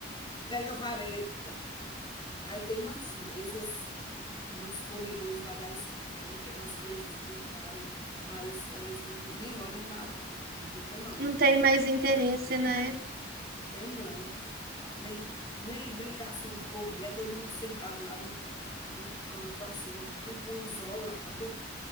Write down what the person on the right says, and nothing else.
Não tem mais interesse, né?